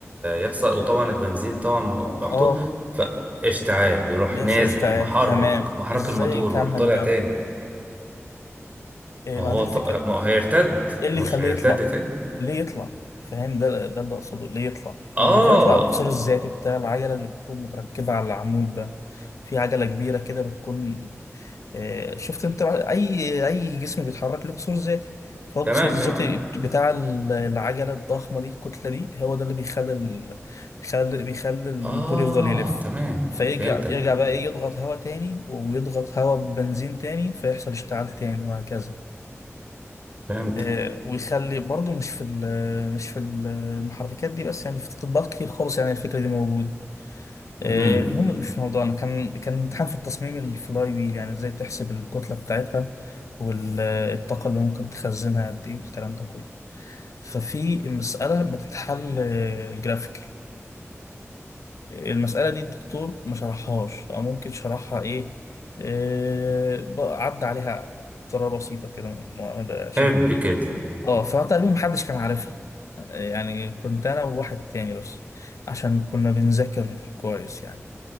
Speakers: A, on the right (about 30°); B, on the left (about 80°).
A: يحصل وطبعا البنزين طبعا محطوط
B: اه
A: فاشتعال يروح
B: بيحصل
A: نازل
B: اشتعال
A: محرك
B: تمام
A: محرك
B: ازاي
A: الموتور
B: يكمل
A: ويروح طالع
B: بقى
A: تاني
B: إيه
A: ما
B: ما
A: هو
B: دي الفكرة
A: ط... ما هو هيرتد
B: ايه اللي
A: ما هو
B: يخليه
A: مش هيرتد
B: يطلع
A: تاني
B: ليه يطلع فاهم ده ده اللي اقصده ليه يطلع
A: اه
B: اللي بيخليه يطلع القصار الذاتي بتاع العجلة اللي بتكون متركبة على العمود ده في عجلة كبيرة كده بتكون آه، شفت انت اي اي جسم بيتحرك له قصور ذاتي فهو
A: تمام
B: القصور الذاتي
A: تمام
B: بتاع ال- العجله الضخمه دي الكتله دي هو ده اللي بيخلي ال... بيخلي بيخلي الموتور
A: آه
B: يفضل يلف
A: تمام
B: فيرجع
A: فهمتك
B: يرجع بقى ايه يضغط هواء تاني ويضغط هواء ببنزين تاني فيحصل اشتعال تاني وهكذا
A: فهمتك
B: آه، ويخلي برضه مش في ال- مش في المحركات دي بس يعني في التطبيقات كتير خالص يعني الفكره دي موجوده آه،
A: امم
B: المهم مش في موضوعنا كان كان امتحان في التصميم الفلاي ويل يعني ازاي تحسب الكتلة بتاعتها والطاقة اللي ممكن تخزنها قد ايه والكلام ده كله ففي مسألة بتتحل جرافيكال المسألة دي الدكتور ما شرحهاش أو ممكن شرحها إيه آه، بقى عدى عليها بطريقة بسيطة كده معتمدة شبه
A: حب كده
B: اه فتقريبا محدش كان عارفها آه، يعني كنت أنا وواحد تاني بس عشان كنا بنذاكر كويس يعني